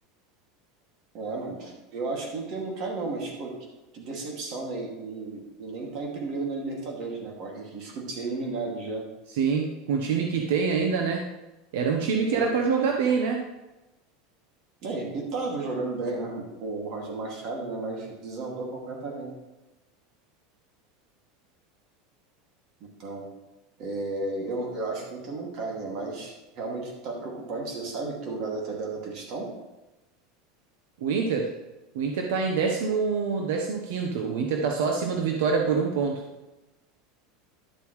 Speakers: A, on the right; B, on the right.
A: É, mano. Eu acho que o Inter não cai, não, mas, pô, que, que decepção, né? E, e- e nem tá em primeiro na Libertadores, né? Corre risco de ser eliminado já.
B: Sim, com o time que tem ainda, né? Era um time que
A: né?
B: era pra jogar bem, né?
A: É, e tava jogando bem, né, com o Roger Machado, né, mas desandou completamente. Então, é, eu, eu acho que o Inter não cai, né, mas realmente tá preocupante. Você sabe que lugar da tabela que eles estão?
B: O Inter, o Inter tá em décimo, décimo quinto. O Inter tá só acima do Vitória por um ponto,